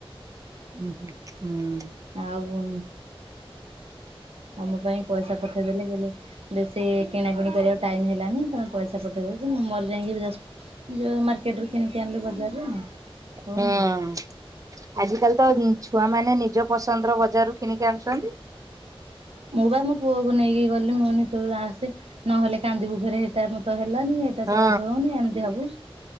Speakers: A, on the right; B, on the right.
A: ହୁଁ ହୁଁ ହୁଁ,
B: ଆଉ ତମ ପାଇଁ ପଇସା ପଠେଇଦେଲେ କହିଲେ ବେଶୀ କିଣାକିଣି କରିବାକୁ ଟାଇମ ହେଲାନି ତାର ପଇସା ପଠେଇଦଉଛନ୍ତି ମୁଁ ମୋର ଯାଇକି ଯ ଯୋଉ ମାର୍କେଟ ରୁ କିଣିକି ଆଣିଲୁ ବଜାରରୁ ହଁ,
A: ହୁଁ ଆଜିକାଲି ତ ଛୁଆ ମାନେ ନିଜ ପସନ୍ଦର ବଜାର ରୁ କିଣିକି ଆଣୁଛନ୍ତି।
B: ମୁଁ ବା ମୋ ପୁଅକୁ ନେଇକି ଗଲି ମୁଁ କହିନି ତୁ ଆସେ ନହେଲେ କାନ୍ଦିବୁ ଫେରେ ହେ ଏଟା ମତେ ହେଲାନି ଏଇଟା
A: ହଁ
B: ଚଏସ୍ ହଉନି ଏମିତି ହବୁ